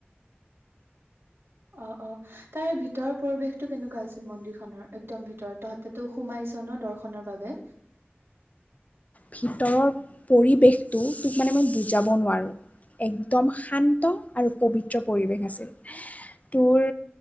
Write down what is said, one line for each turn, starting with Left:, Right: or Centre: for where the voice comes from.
Right: <inaudible> অ অ তাৰে ভিতৰৰ পৰিৱেশতটো কেনেকুৱা আছিল? মন্দিৰ খনৰ একদম ভিতৰত তহতে সোমাই ছ ন দৰ্শনৰ বাবে।
Left: ভিতৰৰ পৰিৱেশটো তোক মানে মই বুজাব নোৱাৰোঁ। একদম শান্ত আৰু পবিত্ৰ পৰিৱেশ আছিল। তোৰ